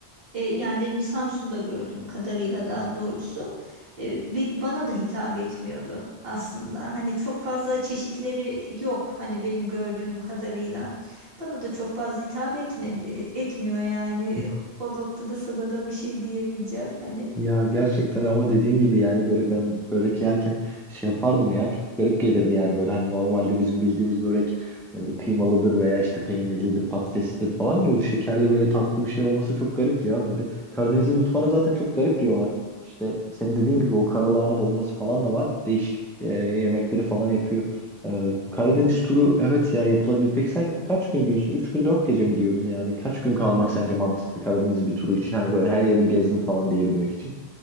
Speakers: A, on the right; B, in the centre.
A: e, yani benim Samsun'da gördüğüm kadarıyla daha doğrusu e, be- bana da hitap etmiyordu aslında. Hani çok fazla çeşitleri yok hani benim gördüğüm kadarıyla. Bana da çok fazla hitap etmedi, etmiyor yani.
B: <laughs>
A: O noktada sana da bir şey diyemeyeceğim. Hani
B: Ya gerçekten ama dediğin gibi yani böyle ben börek yerken şey yapardım ya çok garip gelirdi yani böyle hani normalde bizim bildiğimiz börek hani böyle kıymalıdır veya işte peynirlidir patateslidir falan ya şekerli böyle tatlı bir şey olması çok garip ya böyle Karadeniz'in mutfağına zaten çok garip diyorlar işte senin dediğin gibi o karalahana dolması falan da var değişik e, yemekleri falan yapıyor E, Karadeniz turu evet ya yapılabilir peki sen kaç gün diyorsun 3 gün 4 gece mi diyordun yani kaç gün kalmak sence mantıklı Karadeniz bir turu için hani böyle her yerini gezdim falan diyebilmek için